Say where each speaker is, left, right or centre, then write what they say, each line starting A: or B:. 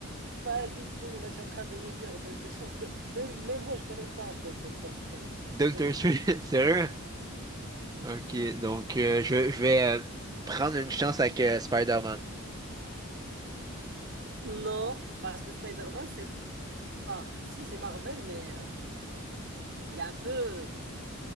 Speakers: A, on the right; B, on the right.
A: Pas du tout. Là, tu es en train de me dire des, des choses que. Même, même moi, je connais pas en fait Doctor Strange. Je
B: Doctor
A: connais pas.
B: Strange, <laughs> sérieux? Ok, donc euh, je, je vais euh, prendre une chance avec euh, Spider-Man.
A: Non, parce que Spider-Man, c'est pas. Si, c'est Marvel, mais euh, il est un peu